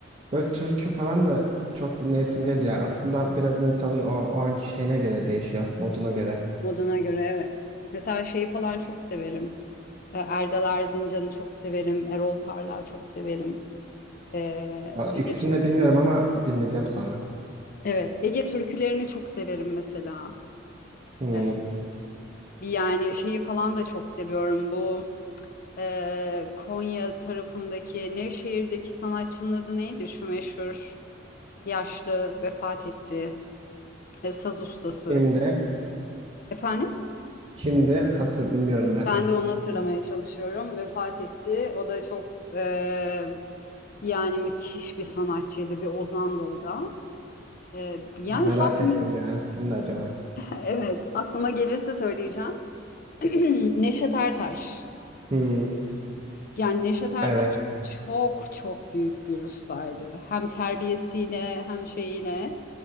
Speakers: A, on the right; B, on the left.
A: Böyle türkü falan da çok dinleyesim geliyor. Aslında biraz insanın o, o anki şeyine göre değişiyor, moduna göre.
B: Moduna göre evet. Mesela şeyi falan çok severim. E, Erdal Erzincan'ı çok severim. Erol Parlak'ı çok severim. E,
A: A- İkisini
B: Ege Türk-
A: de bilmiyorum ama dinleyeceğim sonra.
B: evet, Ege türkülerini çok severim mesela.
A: Hmm.
B: E, bir yani şeyi falan da çok seviyorum. Bu e, Konya tarafındaki Nevşehir'deki sanatçının adı neydi? Şu meşhur yaşlı vefat etti. E, saz ustası.
A: Şimdi,
B: Efendim?
A: şimdi hatır bilmiyorum ben.
B: Ben de onu hatırlamaya çalışıyorum. Vefat etti. O da çok e, yani müthiş bir sanatçıydı, bir ozandı o da. E, yani
A: Merak
B: halk,
A: ettim ya. Kimdi acaba?
B: <laughs> evet aklıma gelirse söyleyeceğim. <clears throat> Neşet Ertaş.
A: Hmm.
B: Yani Neşet Ertaş
A: Evet.
B: çok çok büyük bir ustaydı. Hem terbiyesiyle hem şeyiyle,